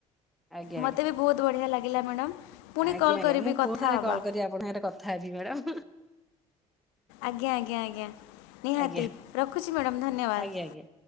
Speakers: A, in the centre; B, on the left.
A: ଆଜ୍ଞା।
B: ମୋତେ ବି ବହୁତ ବଢ଼ିଆ ଲାଗିଲା ମ୍ୟାଡ଼ମ୍ ପୁଣି
A: ଆଜ୍ଞା
B: କଲ୍
A: ଆଜ୍ଞା
B: କରିବି
A: ମୁଁ
B: କଥା
A: କୋଉ ଥରେ
B: ହବା।
A: କଲ୍ କରି ଆପଣଙ୍କ ସାଥିରେ କଥା ହେବି ମ୍ୟାଡାମ
B: ଆଜ୍ଞା ଆଜ୍ଞା ଆଜ୍ଞା ନିହାତି
A: ଆଜ୍ଞା
B: ରଖୁଛି ମ୍ୟାଡ଼ାମ୍ ଧନ୍ୟବାଦ।
A: ଆଜ୍ଞା ଆଜ୍ଞା।